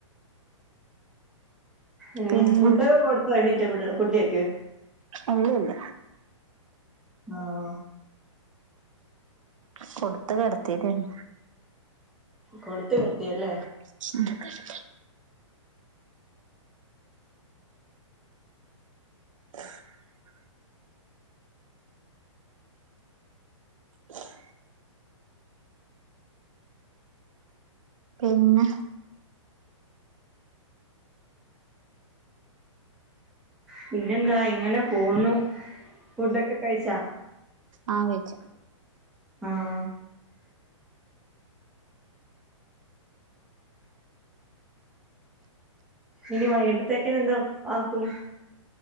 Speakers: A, in the centre; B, on the right.
A: ഉം
B: പിന്നെ
A: ഫുഡൊക്കെ കൊടുത്തെ എണീറ്റപ്പ കുട്ടിയക്ക്
B: അല്ല അല്ല
A: ആഹ
B: കൊടുത്തു കിടത്തിട്ട്ണ്ട്.
A: കൊടുത്ത് കെടത്തില്ലേ?
B: <unintelligible> <inaudible> <inaudible> പിന്നെ
A: പിന്നെന്താ ഇങ്ങനെ പോവ്ന്നു ഫുഡൊക്കെ കയ്ച്ചാ
B: ആ വെച്ചു
A: ആഹ് ഇനി വൈക്‌ട്ടേത്തേക്ക്നെന്ത് ആക്കും